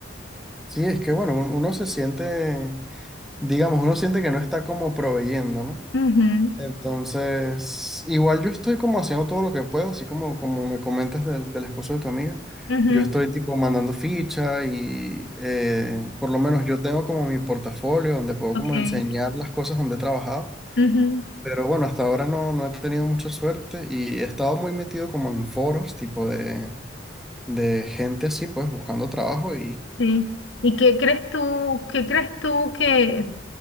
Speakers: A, in the centre; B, on the left.
A: Sí, es que bueno, un- uno se siente digamos, uno siente que no está como proveyendo, ¿no?
B: Ujú,
A: Entonces, igual yo estoy como haciendo todo lo que puedo, así como, como me comentas del, del esposo de tu amiga.
B: ujú,
A: Yo estoy tipo mandando ficha y eh, por lo menos yo tengo como mi portafolio donde puedo
B: ok,
A: como enseñar las cosas donde he trabajado.
B: ujú,
A: Pero bueno, hasta ahora no, no he tenido mucha suerte y he estado muy metido como en foros tipo de, de gente así, pues buscando trabajo
B: sí. ¿Y qué crees tú, qué crees tú que,